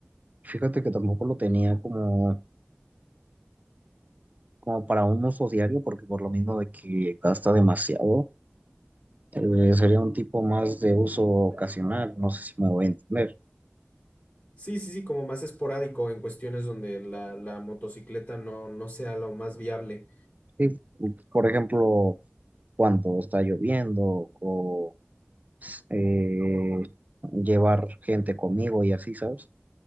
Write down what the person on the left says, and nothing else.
Sí, sí, sí, como más esporádico en cuestiones donde la, la motocicleta no, no sea lo más viable.